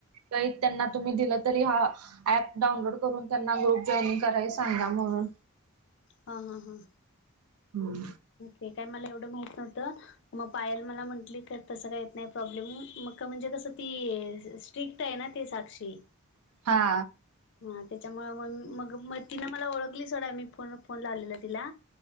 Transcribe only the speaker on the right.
आहे त्यांना तुम्ही दिला तरी हा प डाउनलोड करून त्यां ग्रुप जॉईन कराय सांगा म्हणून
होम
हा